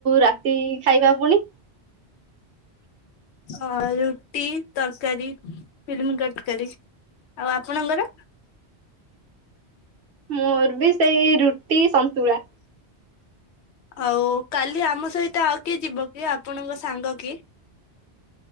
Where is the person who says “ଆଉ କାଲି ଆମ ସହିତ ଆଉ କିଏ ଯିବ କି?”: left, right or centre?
Left